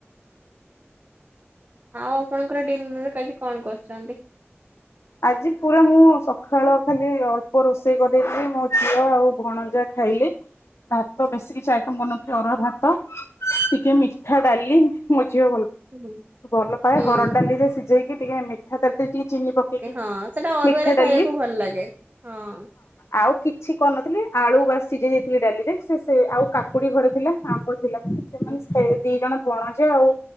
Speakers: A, on the right; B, on the left.
A: ଆଉ ଆପଣଙ୍କର ଡିନର ଆଜି କଣ କରୁଛନ୍ତି?
B: ଆଜି ପୁରା ମୁଁ ସକାଳ ଖାଲି ଅଳ୍ପ ରୋଷେଇ କରିଦେଇଥିଲି ମୋ ଝିଅ ଆଉ ଭଣଯା ଖାଇଲେ ଭାତ ବେଶୀ କିଛି ଆଇଟମ କରିନଥିଲି ଅରୁଆ ଭାତ ଟିକେ ମିଠା ଡାଲି ଝିଅ
A: ହୁଁ।
B: ଭଲ ପାଏ
A: ହୁଁ
B: ହରଡ ଡାଲିରେ ଯାଇକି ଟିକେ ଏମିତି ମିଠା ଡାଲି ରେ ଟିକେ ଚିନି ପକେଇକି
A: ହଁ ସେଟା ଅରୁଆରେ
B: ମିଠା ଡାଲି
A: ଖାଇବାକୁ ଭଲ ଲାଗେ ହଁ।
B: ଆଉ କିଛି କରିନଥିଲି ଆଳୁ ବାସ୍ ସିଝେଇ ଦେଇଥିଲି ଡାଲିରେ ସେ ସେ ଆଉ କାକୁଡି ଘରେ ଥିଲା ଆମ୍ୱ ଟିକେ ଥିଲା ସେମାନେ
A: ହଁ
B: ସେ ଦି ଜଣ ଭଣଜା ଆଉ